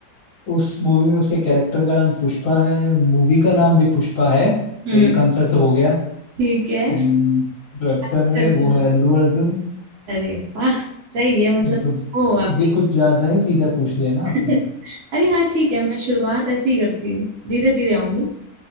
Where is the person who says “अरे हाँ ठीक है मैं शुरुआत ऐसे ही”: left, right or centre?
Right